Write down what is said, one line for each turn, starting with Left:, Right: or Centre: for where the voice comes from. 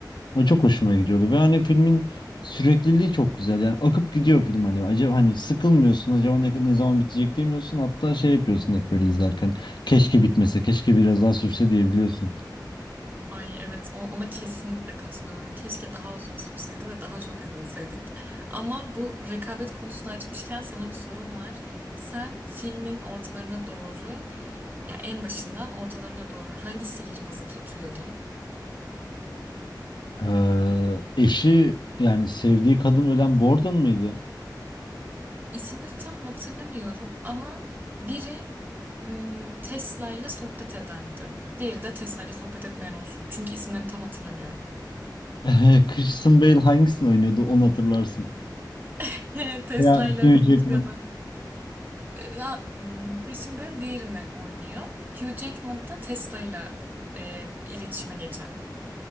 Left: O çok hoşuma gidiyordu ve hani filmin sürekliliği çok güzel. Yani akıp gidiyor film hani. Acaba hani sıkılmıyorsun. Acaba ne, ne zaman bitecek demiyorsun. Hatta şey yapıyorsun hep böyle izlerken. Keşke bitmese, keşke biraz daha sürse diyebiliyorsun.
Right: Ay evet o- ona kesinlikle katılıyorum. Keşke daha uzun sürseydi ve daha çok izleseydik. Ama bu rekabet konusunu açmışken sana bir sorum var. Sen filmin ortalarına doğru ya en başından ortalarına doğru hangi sihirbazı tutuyordun?
Left: Ee, eşi yani sevdiği kadın ölen Borden mıydı?
Right: İsimleri tam hatırlamıyorum ama biri ım, Tesla ile sohbet edendi. Diğeri de Tesla ile sohbet etmeyen olsun. Çünkü isimlerini tam hatırlamıyorum.
Left: <laughs> Christian Bale hangisini oynuyordu onu hatırlarsın.
Right: <laughs> Tesla
Left: Ya
Right: ile
Left: Hugh
Right: konuşanı.
Left: Jackman.
Right: Ya, m, Christian Bale diğerini oynuyor. Hugh Jackman da Tesla'yla e, iletişime geçen.